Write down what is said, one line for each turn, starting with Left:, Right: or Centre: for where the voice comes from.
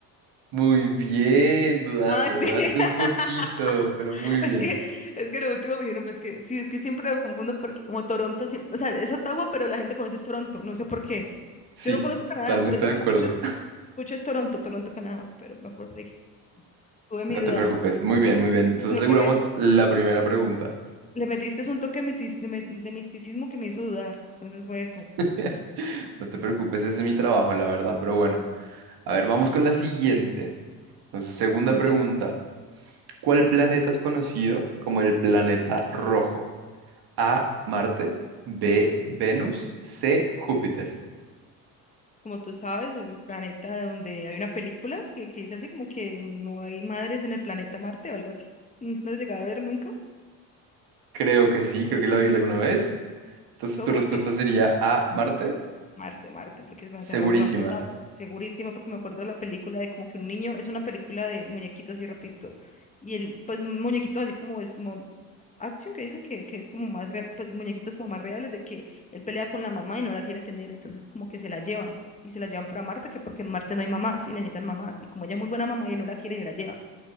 Right: Muy bien, dudaste,
Left: Ah, sí.
Right: dudaste
Left: <laughs>
Right: un poquito, pero muy
Left: <laughs> Es
Right: bien.
Left: que, es que lo último me dijeron, pues que sí, es que siempre lo confundo porque como Toronto, siempre, o sea, es Ottawa, pero la gente conoce es Toronto, no sé por qué.
Right: Sí,
Left: Yo no conozco
Right: totalmente
Left: Canadá, pero siempre
Right: de acuerdo.
Left: escucho, es-
Right: <laughs>
Left: escucho es Toronto, Toronto, Canadá, pero me acuerdo que tuve mi
Right: No
Left: duda.
Right: te preocupes. Muy bien, muy bien. Entonces
Left: No
Right: aseguramos
Left: que me,
Right: la primera pregunta.
Left: le metiste es un toque mitis- de, me- de misticismo que me hizo dudar, entonces fue eso.
Right: <laughs> No te preocupes, ese es mi trabajo, la verdad, pero bueno. A ver, vamos con la siguiente. Entonces, segunda
Left: A
Right: pregunta.
Left: ver, a
Right: ¿Cuál planeta es conocido como el planeta rojo? A, Marte, B,
Left: ver. Ujú.
Right: Venus, C, Júpiter.
Left: Como tú sabes, el planeta donde hay una película que, que dice así como que no hay madres en el planeta Marte o algo así. ¿No lo llegaba a ver nunca?
Right: Creo que sí, creo que lo vi alguna vez. Entonces
Left: Como
Right: tu respuesta
Left: que...
Right: sería A, Marte,
Left: Marte, Marte, porque el planeta
Right: segurísima.
Left: rojo me acuerdo segurísimo, porque me acuerdo de la película de como que un niño, es una película de muñequitos así rapidito, y el, pues muñequitos así como es mo- action, que dicen que, que es como más real, pues muñequitos como más reales, de que él pelea con la mamá y no la quiere tener, entonces como que se la llevan, y se la llevan para Marte, que porque en Marte no hay mamás, y necesitan mamás, y como ella es muy buena mamá y él no la quiere, se la lleva,